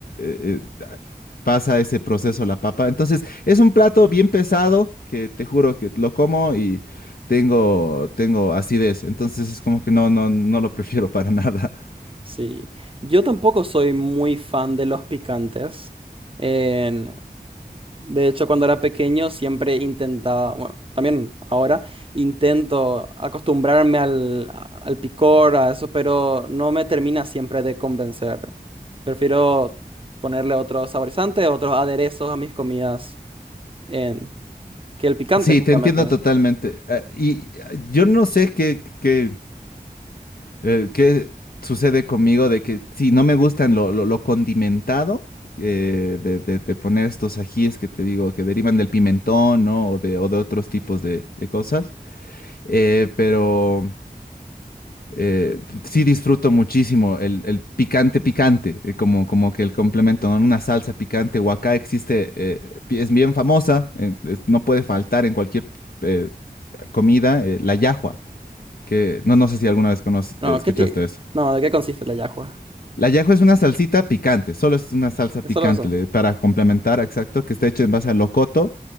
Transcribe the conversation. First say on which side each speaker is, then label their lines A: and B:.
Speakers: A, on the left; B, on the right.
A: eh, eh, pasa ese proceso la papa. Entonces, es un plato bien pesado que te juro que lo como y tengo, tengo acidez. Entonces, es como que no, no, no lo prefiero para nada. <laughs>
B: sí. Yo tampoco soy muy fan de los picantes. En- de hecho, cuando era pequeño siempre intentaba, bueno, también ahora intento acostumbrarme al, a- al picor, a eso, pero no me termina siempre de convencer. Prefiero ponerle otros saborizantes, otros aderezos a mis comidas en, que el picante,
A: Sí,
B: justamente.
A: te entiendo totalmente. Ah, Y ah, yo no sé qué, qué, eh, qué sucede conmigo de que si no me gustan lo, lo, lo condimentado. eh, de, de- de poner estos ajíes que te digo que derivan del pimentón, ¿no? O de, o de otros tipos de de cosas. Eh, pero eh, sí disfruto muchísimo el, el picante picante, eh, como, como que el complemento, ¿no? Una salsa picante, o acá existe, eh, pi- es bien famosa, eh, es- no puede faltar en cualquier eh, comida, eh, la yahua, que no, no sé si alguna vez conoci-
B: No,
A: eh, escuchaste
B: ¿qué ti-
A: eso.
B: No, ¿de qué consiste la yahua?
A: La yahua es una salsita picante, solo es una salsa
B: ¿Es
A: picante,
B: solo eso?
A: le- para complementar, exacto, que está hecha en base a locoto